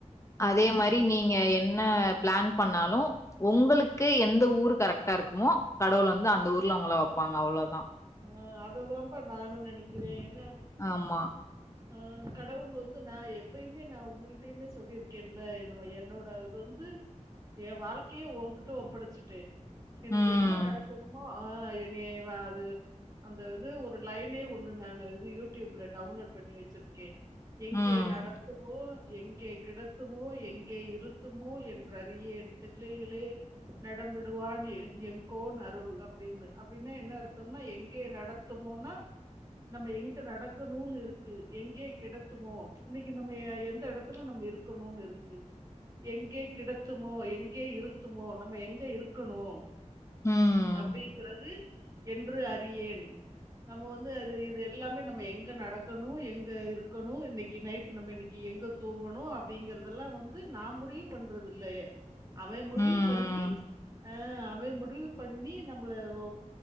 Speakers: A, on the left; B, on the right.
A: அதே மாதிரி நீங்க என்ன பிளான் பண்ணாலும் உங்களுக்கு எந்த
B: ம்.
A: ஊர் கரெக்டா இருக்குமோ கடவுள் வந்து அந்த ஊர்ல உங்கள வெப்பாங்க அவ்ளோதா
B: ஆ அததான்ப்பா நானு நெனைக்கிறேன்
A: ஆமா
B: ஆ கடவுள் வந்து நா எப்பயுமே நான் உங்களிட்டையுமே சொல்லியிருக்கேன்ல என் என்னோட இது வந்து என் வாழ்க்கையே ஓன்கிட்ட ஒப்படைச்சுட்டேன் எனக்கு
A: ம்
B: என்ன நடக்கணுமோ ஆ என்னைய வா அது அந்த இது ஒரு லைனே ஒண்ணு நான் இது யூடியூப்ல டவுன்லோட் பண்ணி வச்சிருக்கேன் எங்கே
A: ம்
B: நடக்குமோ எங்கே கிடத்துமோ எங்கே இருத்துமோ என்று அறியேன் தில்லையிலே நடம் விடுவான் எங் எங்கோன் அருள் அப்டின்னு அப்டின்னா என்ன அர்த்தம்னா எங் எங்கே நடத்துமோனா நம்ம எங்க நடக்கணுனு இருக்கு எங்கே கிடத்துமோ இன்னைக்கு நம்ம எந்த இடத்துல நம்ம இருக்கணுனு இருக்கு எங்கே கிடத்துமோ எங்கே இருத்துமோ நம்ம எங்க இருக்கணு
A: ம்
B: அப்டிங்கிறது என்று அறி றியேன் நம்ம வந்து அது இது எல்லாமே நம்ம எங்க நடக்கணு எங்க இருக்கணு இன்னைக்கி நைட் நம்ம இன்னைக்கி எங்க தூங்கணு அப்படிங்கறதெல்லா வந்து நான் முடிவு பண்றது இல்லைய அவன் முடிவு
A: ம்
B: பண்ணி அ அவே முடிவு பண்ணி நம்மள ஒ